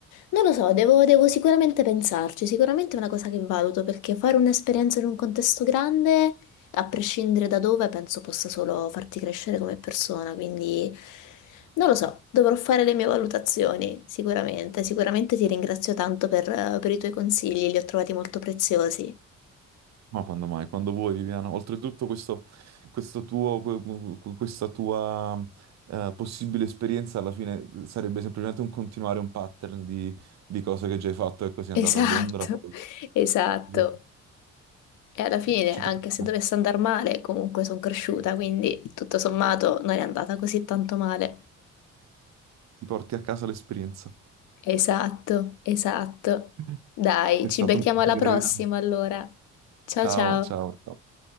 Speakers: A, on the left; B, on the right.
A: Non lo so, devo, devo sicuramente pensarci, sicuramente è una cosa che valuto, perché fare un'esperienza in un contesto grande, a prescindere da dove, penso possa solo farti crescere come persona, quindi non lo so, dovrò fare le mie valutazioni, sicuramente, sicuramente ti ringrazio tanto per per i tuoi consigli, li ho trovati molto preziosi.
B: Ma quando mai? Quando vuoi, Viviana. Oltretutto, questo, questo tuo, que- que- questa tua eh, possibile esperienza alla fine sarebbe semplicemente un continuare un pattern di, di cose che già hai fatto. Ecco, sei
A: Esatto,
B: andato a Londra, poi
A: <laughs> esatto.
B: insomma,
A: E alla fine,
B: ci
A: anche
B: troviamo.
A: se dovesse andare male, comunque sono cresciuta, quindi tutto sommato non è andata così tanto male.
B: Ti porti a casa l'esperienza.
A: Esatto, esatto.
B: <laughs>
A: Dai,
B: È
A: ci
B: stato
A: becchiamo
B: un piacere,
A: alla prossima
B: Viviana.
A: allora. Ciao
B: Ciao,
A: ciao.
B: ciao. ciao.